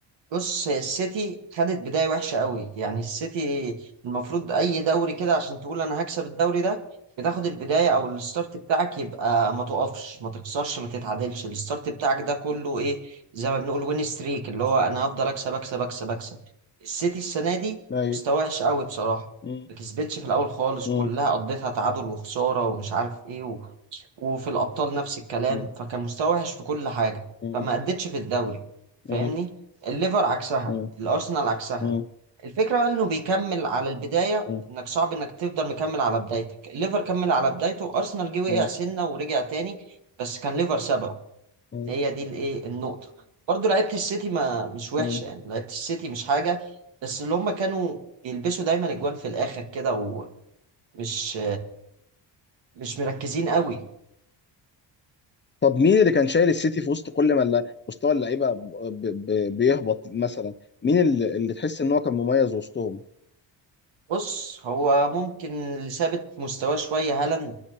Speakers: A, on the right; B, on the left.
A: بص هي السيتي خدت بداية وحشة قوي يعني السيتي المفروض أي دوري كده عشان تقول أنا هكسب الدوري ده بتاخد البداية أو الستارت بتاعك يبقى ما تقفش ما تخسرش ما تتعادلش الستارت بتاعك ده كله إيه زي ما بنقول وين ستريك اللي هو أنا هفضل أكسب أكسب أكسب أكسب السيتي السنة دي
B: ايوه
A: مستوى وحش قوي بصراحة
B: مم.
A: ما كسبتش في الأول خالص
B: مم.
A: كلها قضيتها تعادل وخسارة ومش عارف إيه وفي الأبطال نفس الكلام
B: مم.
A: فكان مستوى وحش في كل حاجة
B: مم.
A: فما أدتش في الدوري
B: مم.
A: فاهمني الليفر عكسها
B: مم. مم.
A: الأرسنال عكسها
B: مم.
A: الفكرة بقى إنه بيكمل على البداية
B: مم.
A: إنك صعب إنك تفضل مكمل على بدايتك الليفر كمل على بدايته أرسنال جه وقع
B: مم.
A: سنة ورجع تاني بس كان ليفر سببه
B: مم.
A: هي دي الإيه النقطة برضه لعيبة السيتي ما مش وحشة
B: مم.
A: يعني لعيبة السيتي مش حاجة بس اللي هم كانوا يلبسوا دايما أجوان في الآخر كده ومش مش مركزين قوي
B: طب مين اللي كان شايل السيتي في وسط كل ما الل- مستوى اللعيبه ب- ب- ب- بيهبط مثلا مين اللي, اللي تحس ان هو كان مميز وسطهم
A: بص هو ممكن اللي ثابت مستواه شوية هالاند